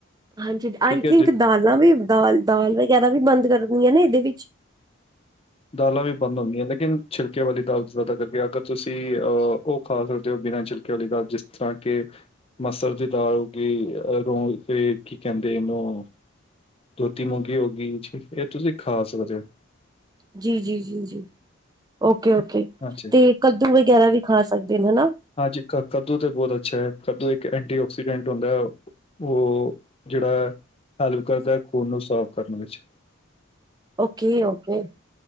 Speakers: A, on the right; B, on the left.
A: ਹਾਂਜੀ ਆਈ
B: ਠੀਕ ਹੈ
A: ਥਿੰਕ
B: ਜੀ
A: ਦਾਲਾਂ ਵੀ ਦਾਲ-ਦਾਲ ਵਗੈਰਾ ਵੀ ਬੰਦ ਕਰਨੀਆਂ ਨਾ ਇਦੇ ਵਿੱਚ।
B: ਹ <inaudible> ਦਾਲਾਂ ਵੀ ਬੰਦ ਹੁੰਦੀਆਂ ਲੇਕਿਨ ਛਿਲਕੇ ਵਾਲੀ ਦਾਲ, ਜ਼ਿਆਦਾ ਕਰਕੇ ਅਗਰ ਤੁਸੀਂ ਅਹ ਉਹ ਖਾ ਸਕਦੇ ਹੋ ਬਿਨਾਂ ਛਿਲਕੇ ਲੀ ਦਾ ਜਿਸ ਤਰ੍ਹਾਂ ਕਿ 'ਮਸਰ' ਦੀ ਦਾਲ ਹੋਗੀ ਕੀ ਕਹਿੰਦੇ ਇਹਨੂੰ 'ਧੋਤੀ ਮੂੰਗੀ' ਹੋ ਗਈ ਇਹ ਤੁਸੀਂ ਖਾ ਸਕਦੇ ਹੋ।
A: ਜੀ, ਜੀ, ਜੀ, ਜੀ ਓਕੇ, ਓਕੇ
B: ਹਾਂਜੀ
A: ਤੇ 'ਕੱਦੂ' ਵਗੈਰਾ ਵੀ ਖਾ ਸਕਦੇ ਐ ਹਨਾ।
B: ਹਾਂਜੀ ਕ ਕੱਦੂ ਤਾਂ ਬਹੁਤ ਅੱਛਾ ਹੈ 'ਕੱਦੂ' ਇੱਕ ਐਂਟੀ 'ਆਕਸੀਡੈਂਟ' ਹੁੰਦਾ ਹੈ। ਉਹ ਜਿਹੜਾ ਹੈਲਪ ਕਰਦਾ ਆ 'ਖੂਨ' ਨੂੰ ਸਾਫ਼ ਕਰਨ ਵਿੱਚ।
A: ਓਕੇ, ਓਕੇ